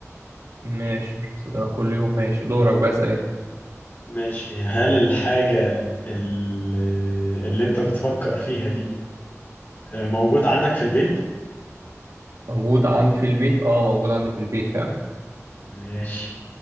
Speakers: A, on the right; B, on the left.
A: ماشي مش بستخدمها كل يوم ماشي دورك بقى اسأل انت
B: ماشي هل الحاجة اللي, اللي انت بتفكر فيها دي آه، موجودة عندك في البيت
A: موجودة عندي في البيت اه موجودة عندي في البيت فعلا
B: ماشي